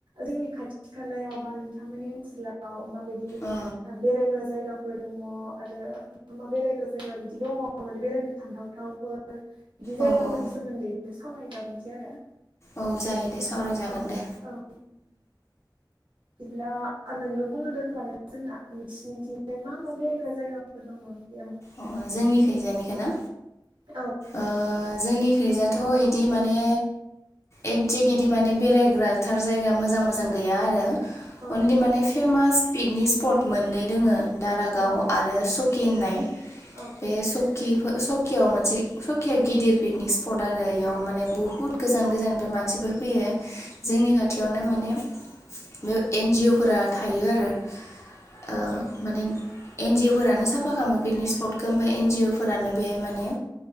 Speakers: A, on the right (about 85°); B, on the left (about 35°).
A: जोंनि खाथि खालायाव बा नोंथांमोननि ओनसोलाव माबायदि
B: ओ
A: बेरायग्रा जायगा बो दङ आरो मा-मा बेरायग्रा जायगा बिदि दङ माने बेरायनो थांथावथावफोर बिदि जायगाफोरनि
B: औ औ
A: सोमोन्दैनो सावराय जालायनोसै आरो।
B: औ जायो दे सावरायजागोन
A: औ
B: दे।
A: औ बिदिब्ला नोंनो बुंग्रोदो खोमा नों जोंना मिस नोंसोरथिंफ्राय मा-मा बेरायग्रा जायगाफोर दङ बेयाव
B: अ जोंनि खैजानिखौ ना
A: औ
B: ओ जोंनि खैजायथ' इदि माने एकजेक इदि माने बेरायग्रा थार जायगा मोजां-मोजां गैया आरो।
A: औ
B: अनलि माने फेमास पिकनिक स्पट मोननै दोङो। दारागाव
A: औ
B: आरो सकि होननाय
A: खाथि जायोना औ
B: बे सकि सकियाव मोनसे सकियाव गिदिर पिकनिक स्पट आरो इयाव माने बुहुत गोजान गोजाननिफ्राय मान मानसिफोर फैयो जोंनि खाथियावनो माने बे एन जिअ फोरा थायो आरो ओ माने एन जि अ फोरानो साफा खामो पिकनिक स्फ फटखौ ओमफाय एन जिअ फोरानो बेहाय माने